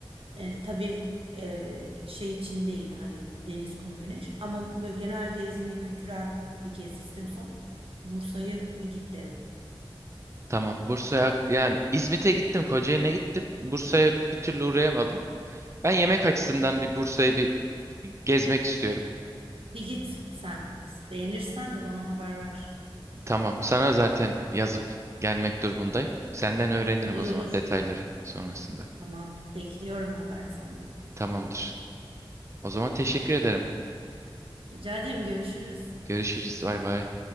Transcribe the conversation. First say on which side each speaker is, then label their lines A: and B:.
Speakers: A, on the right; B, on the right.
A: E, tabii e, şey için değil hani deniz, kum, güneş ama böyle genel gezme, kültürel bir gezi istiyorsan Bursa'yı bir git derim.
B: tamam. Bursa'ya yani İzmit'e gittim, Kocaeli'ne gittim. Bursa'ya bir türlü uğrayamadım. Ben yemek açısından bir Bursa'yı bir gezmek istiyorum.
A: Bir git sen. Beğenirsen de bana haber ver.
B: Tamam. Sana zaten yazıp gelmek durumundayım. Senden öğrenirim
A: Olur
B: o zaman
A: olur.
B: detayları sonrasında.
A: Tamam. Bekliyorum haber senden.
B: Tamamdır. O zaman teşekkür ederim.
A: Rica ederim görüşürüz.
B: Görüşürüz. Bay bay.